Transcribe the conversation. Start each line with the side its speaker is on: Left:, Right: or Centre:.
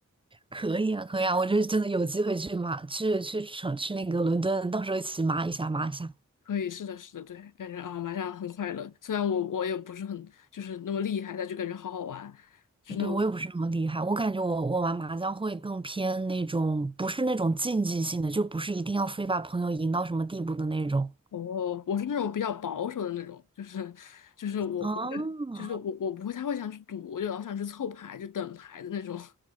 Right: <laughs> 可以啊，可以啊，我就真的有机会去马去去城去那个伦敦，到时候一起麻一下麻一下。
Left: 可以，是的，是的，对，感觉啊，麻将很快乐。虽然我我也不是很就是那么厉害，但就感觉好好玩，就是那种
Right: 对，我也不是那么厉害，我感觉我我玩麻将会更偏那种不是那种竞技性的，就不是一定要非把朋友赢到什么地步的那种。
Left: 哦，我是那种比较保守的那种，就是就是我不会，
Right: 哦，
Left: 就是我我不会太会想去赌，我就老想去凑牌，就等牌的那种。